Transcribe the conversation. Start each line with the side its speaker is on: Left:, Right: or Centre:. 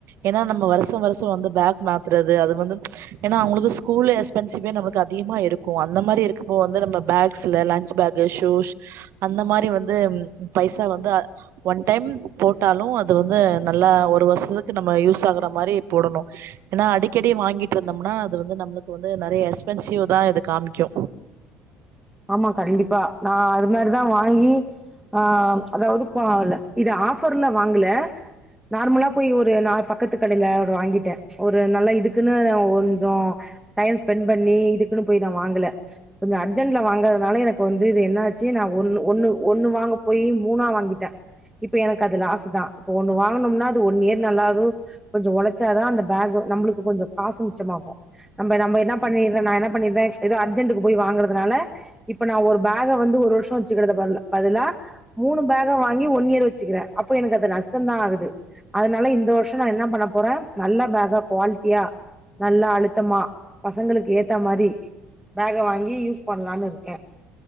Right: ஏனா நம்ம வருஷ வருஷ வந்து பேக் மாத்துறது அது வந்து ஏன்னா அவங்களுக்கு ஸ்கூல் எக்ஸ்பென்சிவே நமளுக்கு அதிகமா இருக்கு அந்த மாரி இருக்கப்போ வந்து நம்ம பேக்ஸ்ல லஞ்ச் பேக் ல ஷூஷ் அந்த மாரி வந்து பைசா வந்து ஒன் டைம் போட்டாலு அது வந்து ந ல்லா ஒரு வருஷத்துக்கு நம்ம யூஸ் ஆகுற மாரி போடணு ஏனா அடிக்கடி வாங்கிட்டு இருந்தோம்னா அது வந்து நம்மளுக்கு வந்து நெறைய எக்ஸ்பென்சிவ் தா இது காமிக்கு
Centre: ஆமா கண்டிப்பா நா அது மாரிதா வாங்கி ஆ அதாவது கோவல இது ஆஃபர்ல வாங்குல நார்மலா போய் ஒரு நா பக்கத்து கடையில ஒரு வாங்கிட்டே ஒரு நல்லா இதுக்குன்னு வொஞ்சோ டைம் ஸ்பெண்ட் பண்ணி இதுக்குன்னு போய் நா வாங்கல கொஞ்ச அன் டைம்ல வாங்கறதுனால எனக்கு வந்து இது என்ன ஆச்சு நா ஒண்ணு ஒண்ணு ஒண்ணு வாங்க போய் மூணா வாங்கிட்டே இப்ப எனக்கு அது லாசு தா இப்ப ஒண்ணு வாங்கனோம்னா அது ஒன் இயர் நல்லாகு கொஞ்சோ ஒழச்சாதா அந்த பேக்கு நம்மளுக்கு கொஞ்சோ காசு மிச்சமாகு நம்ப நம்ப என்னா பண்ணிட்ற நா என்னா பண்ணிட்றே எதோ அர்ஜென்ட்க்கு போய் வாங்குற துனால இப்ப நா ஒரு பேக வந்து ஒரு வருஷோ வெச்சுக்குறதுக் பதிலா பதிலா மூணு பேக வாங்கி ஒன் இயர் வெச்சுக்கிறே அப்போ எனக்கு அது நஷ்டந்தா ஆகுது அதனால இந்த வருஷோ நா என்ன பண்ண போறே நல்ல பேக்கா குவாலிட்டியா நல்லா அழுத்தமா பசங்களுக்கு ஏத்த மாரி பேக வாங்கி யூஸ் பண்லான்னு இருக்கே